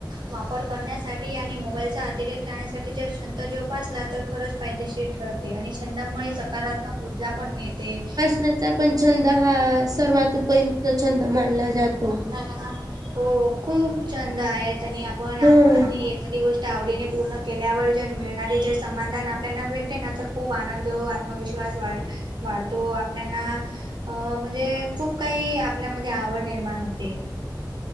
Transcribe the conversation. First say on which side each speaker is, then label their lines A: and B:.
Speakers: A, on the right; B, on the right.
A: वापर करण्यासाठी आणि मोबाईलचा अतिरेक्त टाळण्यासाठी, जर छंत जोपासला तर, खरंच फायदेशीर- ते ठरते आणि छंदामुळे सकारात्मक ऊर्जा पण मिळते.
B: न <unintelligible> तर पण छंद हा सर्वात उपयुक्त छंद मानला जातो.
A: ला <unintelligible> हो, खूप छंद आहेत आणि आपण आ
B: हम्म.
A: आणि एखादी गोष्ट- तर, आवडीने पूर्ण केल्यावर जर मिळणारे जर समाधान आपल्याना भेटते ना, तर- खूप आनंद, आत्मविश्वास वाढ वाढत- तो, आपल्याना अ म्हणजे खूप काही आपल्यामध्ये आवड निर्माण होते.